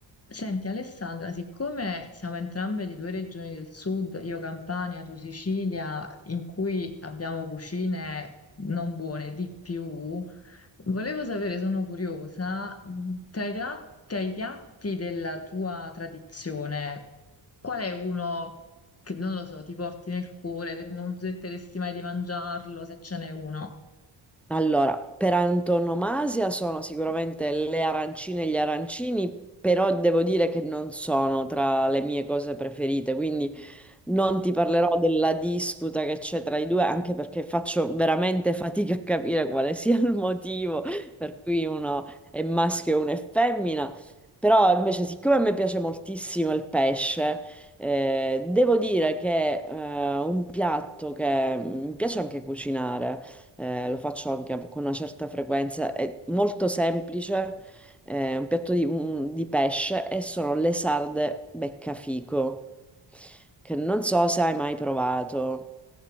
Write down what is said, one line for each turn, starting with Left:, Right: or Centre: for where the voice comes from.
Left: Senti Alessandra, siccome siamo entrambe di due regioni del sud, io Campania, tu Sicilia, in cui abbiamo cucine non buone di più, volevo sapere, sono curiosa, tra i, tra- tra i piatti della tua tradizione, qual è uno che non lo so, ti porti nel cuore, che non smetteresti mai di mangiarlo, se ce n'è uno?
Centre: Allora, per antonomasia sono sicuramente le arancine e gli arancini, però devo dire che non sono tra le mie cose preferite, quindi non ti parlerò della disputa che c'è tra i due, anche perché faccio veramente fatica a capire quale <laughs> sia il motivo per cui uno è maschio e uno è femmina. Però invece, siccome a me piace moltissimo il pesce, eh, devo dire che eh, un piatto che mi piace anche cucinare, eh, lo faccio anche con una certa frequenza, è molto semplice eh, un piatto di, un- di pesce e sono le sarde beccafico, che non so se hai mai provato.